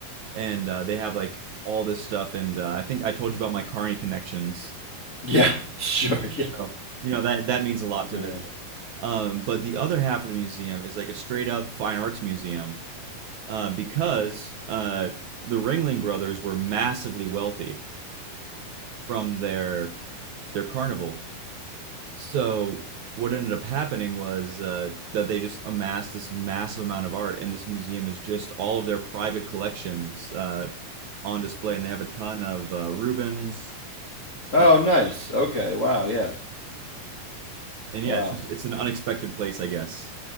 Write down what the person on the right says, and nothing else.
and uh, they have like all this stuff. And uh, I think I told you about my Carney connections.
So, you know, that that means a lot
to visit. Um, but the other half of the museum is like a straight up fine arts museum uh, because uh, the Ringling Brothers were massively wealthy from their their carnival. So what ended up happening was uh, that they just amassed this massive amount of art, and this museum is just all of their private collections uh, on display, and they have a ton of uh, Rubens,
uh,
and yeah,
it's just it's an unexpected place, I guess.